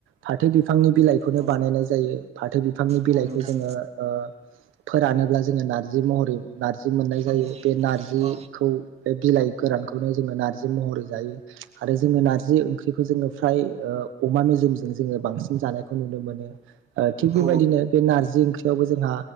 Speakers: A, on the right (about 85°); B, on the right (about 30°).
A: फाथो बिफांनि बिलाइखौनो
B: औ
A: बानायनाय जायो फाथो बिफांनि बिलाइखौ
B: औ नोंथां
A: जोङो ओ फोरानोब्ला जोङो नारजि महरै नारजि मोननाय जायो
B: औ
A: बे नारजिखौ
B: औ
A: बे बिलाइ गोरानखौनो जोङो नारजि महरै जायो आरो जोङो नार्जि ओंख्रिखौ जोङो फ्राय ओ अमा मेजेमजों जोङो बांसिन जानायखौ नुनो मोनो ओ थिग बेबायदिनो
B: औ
A: बे नारजि ओंख्रि यावबो जोंहा